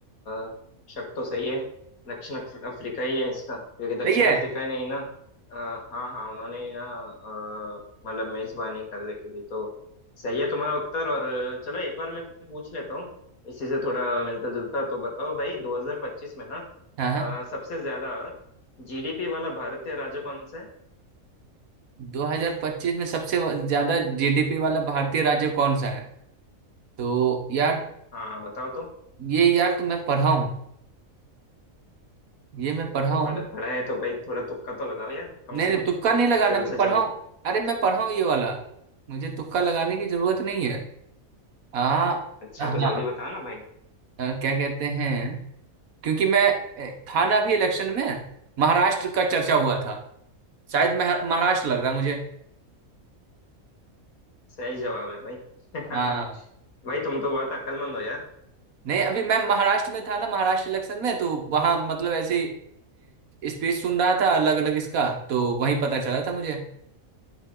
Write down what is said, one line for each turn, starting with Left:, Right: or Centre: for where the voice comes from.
Left: अ, शक तो सही है दक्षिण अफ- अफ्रीका ही है इसका क्योंकि दक्षिण
Right: सही है
Left: अफ्रीका ही नहीं ना अ, हाँ हाँ उन्होंने ही ना अ, मतलब मेजबानी कर रखी थी तो सही है तुम्हारा उत्तर और चलो एक और मैं पूछ लेता हूँ इसी से थोड़ा मिलता जुलता तो बताओ भाई 2025 में ना
Right: हाँ हाँ
Left: अ, सबसे ज्यादा जीडीपी वाला भारतीय राज्य कौन सा है
Right: 2025 में सबसे ज्यादा जीडीपी वाला भारतीय राज्य कौन सा है तो यार
Left: हाँ बताओ तो
Right: ये यार तो मैं पढ़ा हूँ ये मैं पढ़ा
Left: अब तो
Right: हूँ
Left: पढ़ा पढ़ा है तो भाई थोड़ा तुक्का तो लगाओ यार कम
Right: नहीं नहीं
Left: से कम
Right: तुक्का नहीं लगाना
Left: जल्द
Right: मैं
Left: से
Right: पढ़ा
Left: जल्द
Right: हूँ अरे मैं पढ़ा हूँ ये वाला मुझे तुक्का लगाने की जरूरत नहीं है आ
Left: अच्छा
Right: हाँ
Left: तो जल्दी बताओ ना भाई
Right: अ, क्या कहते हैं क्योंकि मैं अ, था ना अभी इलेक्शन में महाराष्ट्र का चर्चा हुआ था शायद मह- महाराष्ट्र लग रहा है मुझे
Left: सही जवाब है भाई <laughs>
Right: हाँ
Left: भाई तुम तो बहुत अक्लमंद हो यार
Right: नहीं अभी मैं महाराष्ट्र में था ना महाराष्ट्र इलेक्शन में तो वहां मतलब ऐसी स्पीच सुन रहा था अलग अलग इसका तो वही पता चला था मुझे